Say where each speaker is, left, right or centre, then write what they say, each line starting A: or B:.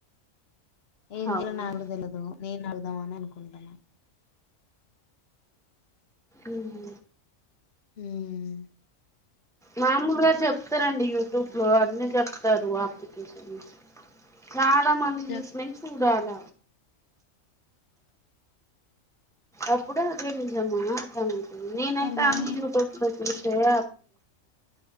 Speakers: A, on the left; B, in the centre.
A: ఏంజైలో
B: అవును
A: నాకు గుడ తెల్వదు నేను అడుగుదాం అననుకుంటన్నా
B: ఊహు
A: మ్మ్
B: మాములుగా చెప్తరండి యూట్యూబ్ లో అన్ని చెప్తారు అప్లికేషన్ చాలా మంది
A: చెప్
B: చూసినయి చూడాల అప్పుడే అదే నిజమా అర్థం అవుతుంది నేనైతే
A: చెప్తారు కానీ
B: అన్ని యూట్యూబ్ లో ఇషయ